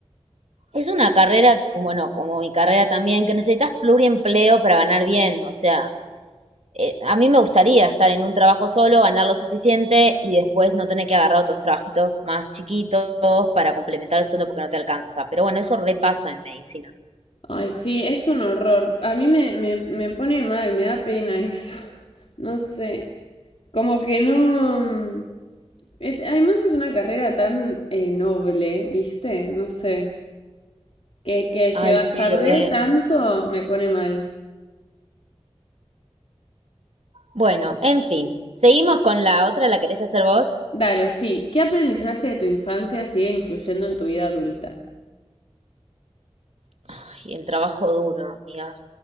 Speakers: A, on the right; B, on the left.
A: Es una carrera, como- bueno, como mi carrera también, que necesitas pluriempleo para ganar bien, o sea, eh, a mí me gustaría estar en un trabajo solo, ganar lo suficiente y después no tener que agarrar otros trabajitos más chiquitos para complementar el sueldo porque no te alcanza. Pero bueno, eso repasa en medicina.
B: Ay, sí, es un horror. A mí me, me, me pone mal, me da pena eso. <laughs> No sé, como que no... mm, es- Además es una carrera tan eh, noble, ¿viste? No sé. Que, que se
A: Ay,
B: bastardee
A: sí, re.
B: tanto me pone mal.
A: Bueno, en fin. Seguimos con la otra, ¿la querés hacer vos?
B: Dale, sí. ¿Qué aprendizaje de tu infancia sigue influyendo en tu vida adulta?
A: Ay, el trabajo duro, amiga.